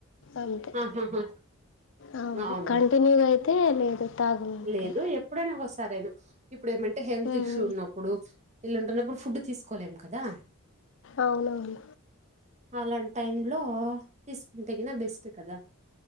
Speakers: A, on the left; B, on the right.
A: అంతే
B: ఆహాహా
A: అ
B: అవును
A: కంటిన్యూయి దే లేదు తాగము ఇక్కడ
B: లేదు ఎప్పుడైనా ఒకసారైనా ఇప్పుడు ఏమంటే హెల్త్
A: ఉమ్,
B: ఇష్యూ ఉన్నప్పుడు వీళ్లుంటున్నప్పుడు ఫుడ్ తీసుకోలేము కదా
A: అవునవును
B: అలాంటి టైమ్ లో తీసుకుంటేకిన బెస్ట్ కదా